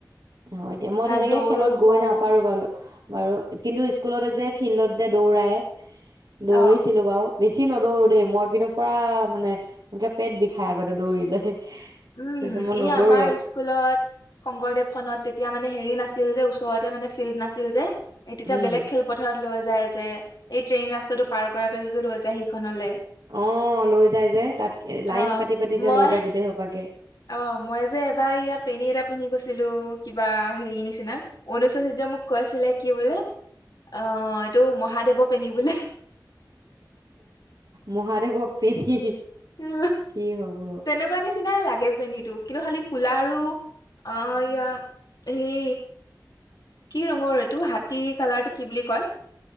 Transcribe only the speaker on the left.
তাত
দৌৰো
কৰো
অ
উম
ই
আমাৰ স্কুলত শংকৰদেৱ খনত তেতিয়া মানে হেৰি নাছিল যে ওচৰতে মানে ফিল্ড নাছিল যে এ তেতিয়া
বেলেগ খেলপথাৰত লৈ যায় যে এই ট্ৰেইন ৰাস্ত টো পাৰ কৰাই পেলায় লৈ যায় সিখনলে
অ
মই
অ মই যে এবাৰ ইয়া পেনী এটা পিন্ধি গৈছিলো কিবা হেৰি নিচিনা অনুচচাৰ্য মোক কৈছিলে কি বোলে অ এইটো মহাদেৱৰ পেনী বোলে
উ
তেনেকুৱা নিচিনাই লাগে লাগে পেনীটো কিন্তু খালি কুলা আৰু অ ইয়া সেই কি ৰঙৰ এইটো হাতী কালাৰটো কি বুলি কয়